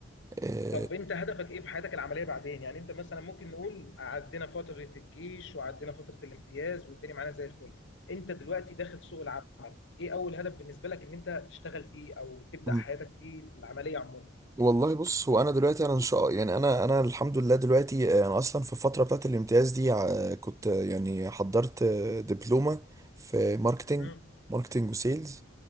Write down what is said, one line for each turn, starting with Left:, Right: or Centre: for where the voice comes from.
Right: آه،
Left: طب انت هدفك ايه في حياتك العمليه بعدين يعني انت مثلا ممكن نقول عدينا فتره الجيش وعدينا فتره الامتياز والدنيا معانا زي الفل انت دلوقتي داخل سوق العمل ايه اول هدف بالنسبه لك ان انت تشتغل فيه او تبدا
Right: مم.
Left: حياتك فيه العمليه عموما
Right: والله بص هو انا دلوقتي انا ان شاء يعني انا انا الحمد لله دلوقتي آه، انا اصلا في الفتره بتاعت الامتياز دي آه، كنت آه، يعني حضرت آه، دبلومه في ماركتنج
Left: امم
Right: ماركتنج وسيلز